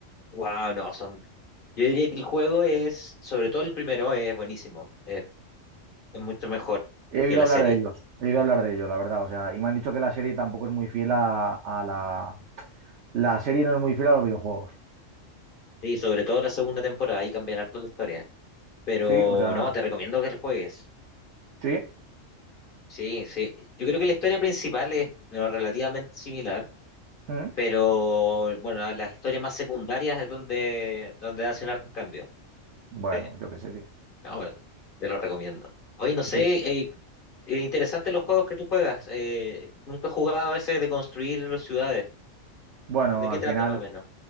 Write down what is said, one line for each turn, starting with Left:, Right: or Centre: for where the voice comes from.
Left: wow, no, son. Yo diría que el juego es, sobre todo el primero, es buenísimo, es, es mucho mejor
Right: He oído
Left: que la
Right: hablar
Left: serie.
Right: de ellos, he oído hablar de ellos, la verdad, o sea, y me han dicho que la serie tampoco es muy fiel a, a la... La serie no es muy fiel a los videojuegos,
Left: Sí, sobre todo la segunda temporada, ahí cambian harto la historia. Pero
Right: ¿sí? O sea,
Left: no, te recomiendo que lo juegues.
Right: ¿sí?
Left: Sí, sí. Yo creo que la historia principal es bueno, relativamente similar
Right: ¿Mm?
Left: pero bueno, a las historias más secundarias es donde, donde hacen hartos cambios.
Right: Bueno,
Left: Sí,
Right: yo qué sé, tío.
Left: no, pero te lo recomiendo. Oye, no sé,
Right: Sí.
Left: eh, eh, interesante los juegos que tú juegas. eh, nunca he jugado a ese de construir las ciudades.
Right: Bueno,
Left: ¿De qué
Right: al
Left: trata
Right: final,
Left: más o menos?